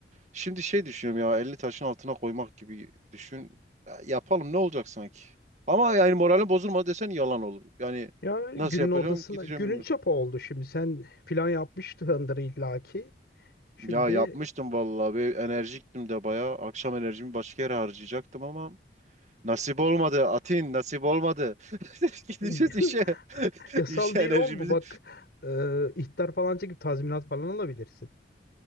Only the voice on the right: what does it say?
Şimdi şey düşünüyorum ya elini taşın altına koymak gibi düşün. Ya, yapalım ne olacak sanki? Ama yani moralim bozulmadı desen yalan olur. Yani
nasıl
yapacağım
gideceğim
bilmiyorum.
Ya yapmıştım vallahi ve enerjiktim de bayağı. Akşam enerjimi başka yere harcayacaktım ama nasip olmadı. Atin nasip olmadı. <laughs> Gideceğiz
işe. <laughs>
İşe
enerjimizi